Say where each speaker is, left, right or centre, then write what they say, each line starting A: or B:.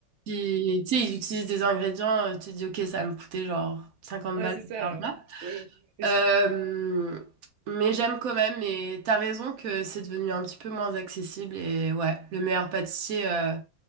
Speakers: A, on the right (about 60°); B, on the right (about 80°).
A: Puis tu sais, ils utilisent des ingrédients. euh, Tu te dis ok, ça va me coûter genre 50
B: <laughs> ouais,
A: balles
B: c'est
A: pour
B: ça,
A: faire un plat.
B: heu, oui, et
A: Euh,
B: c
A: mais j'aime quand même, et t'as raison que c'est devenu un petit peu moins accessible. Et ouais, le meilleur pâtissier, euh,